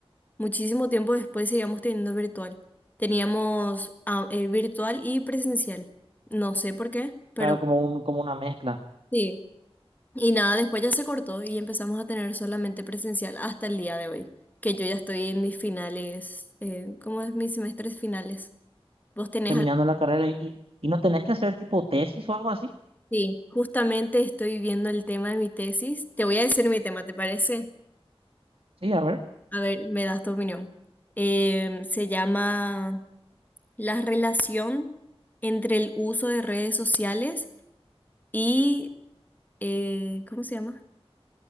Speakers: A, on the left; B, on the right.
A: Muchísimo tiempo después seguíamos teniendo virtual. Teníamos ah, eh, virtual y presencial. No sé por qué, pero
B: claro, como un, como una mezcla,
A: sí. Y nada, después ya se cortó y empezamos a tener solamente presencial hasta el día de hoy, que yo ya estoy en mis finales, eh, ¿cómo es mis semestres finales? ¿Vos tenés
B: terminando
A: algo?
B: la carrera y, y y no tenés que hacer tipo tesis o algo así,
A: Sí, justamente estoy viendo el tema de mi tesis. Te voy a decir mi tema, ¿te parece?
B: sí, a ver.
A: A ver, me das tu opinión. Em, se llama la relación entre el uso de redes sociales y, eh, ¿cómo se llama?